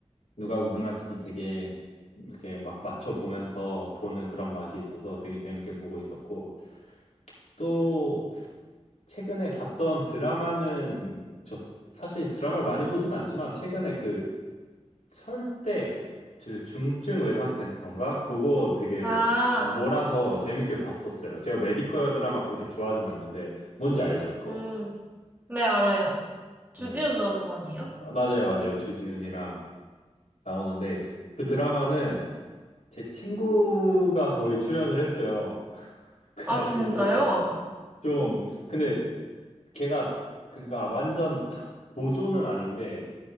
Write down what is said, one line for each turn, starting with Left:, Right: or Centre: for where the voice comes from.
Left: 누가 우승할지도 되게 이렇게 막 맞춰보면서 보는 그런 맛이 있어서 되게 재밌게 보고 있었고, 또 최근에 봤던 드라마는 저 사실 드라마를 많이 보진 않지만 최근에 그 철대 그 중증 외상센터인가? 그거 되게
Right: 아,
Left: 몰아서 재밌게 봤었어요. 제가 메디컬 드라마 그렇게 좋아하진 않는데 뭔지 알죠? 그거.
Right: 음, 네, 알아요. 주지훈
Left: 네.
Right: 나오는 거 아니에요?
Left: 아, 맞아요, 맞아요. 주지훈이랑 나오는데 그 드라마는 제 친구가 거기 출연을 했어요. <laughs> 그래가지고
Right: 아, 진짜요?
Left: 좀 근데 걔가 그러니까 완전 다- 보조는 아닌데